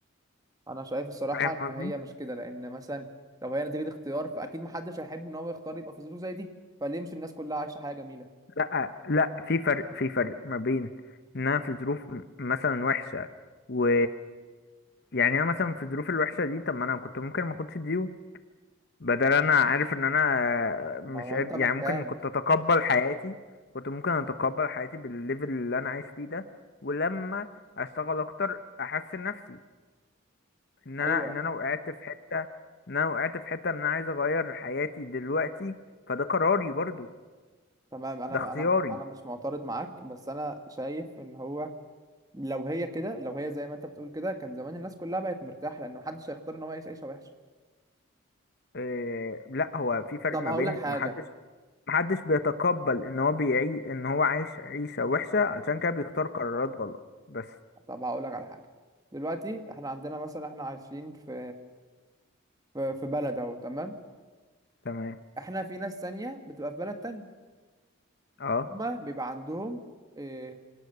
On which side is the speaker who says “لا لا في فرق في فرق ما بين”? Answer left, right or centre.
Left